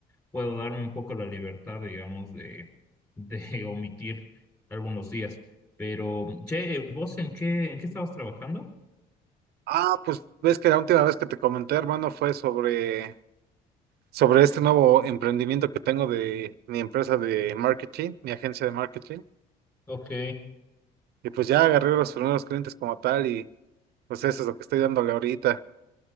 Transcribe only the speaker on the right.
Ah, pues ves que la última vez que te comenté, hermano, fue sobre, sobre este nuevo emprendimiento que tengo de mi empresa de marketing, mi agencia de marketing.
Y pues ya agarré los primeros clientes como tal y pues eso es lo que estoy dándole ahorita.